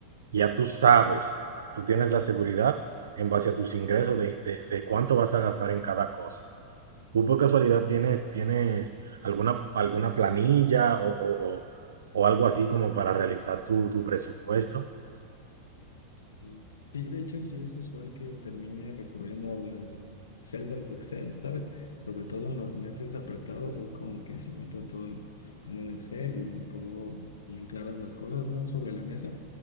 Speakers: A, on the right (about 75°); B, on the left (about 80°).
A: ya tú sabes, tú tienes la seguridad en base a tus ingresos de, de de cuánto vas a gastar en cada cosa. ¿Tú por casualidad tienes, tienes alguna, alguna planilla o, o- o- o algo así como para realizar tu, tu presupuesto?
B: Mm. Sí, de hecho sí es usual que termine recurriendo a las celdas de Excel, ¿sabes? Sobre todo en los meses apretados es como que se meto todo en, en un Excel y pongo bien claras las cosas, ¿no? Sobre la mesa,